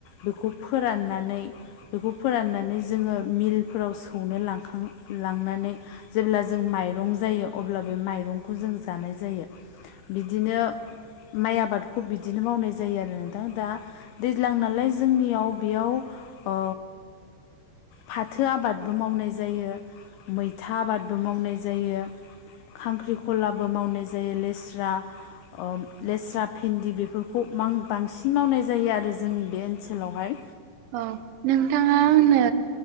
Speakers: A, on the left; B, on the right.
A: बेखौ फोराननानै बेखौ फोराननानै जोङो मिलफोराव सौनो लांखाङो। लांनानै जेब्ला जों माइरं जायो अब्ला बे माइरंखौ जों जानाय जायो। बिदिनो माइ आबादखौ बिदिनो मावनाय जायो आरो नोंथां दा दैज्लां नालाय जोंनियाव बेयाव अ फाथो आबादबो मावनाय जायो। मैथा आबादबो मावनाय जायो खांख्रिखलाबो मावनाय जायो लेस्रा स्रा ओ- लेस्रा फि भिन्दि बेफोरखौ बांसिन मावनाय जायो आरो जोंनि बे ओनसोलावहाय।
B: औ नोंथाङा आंनो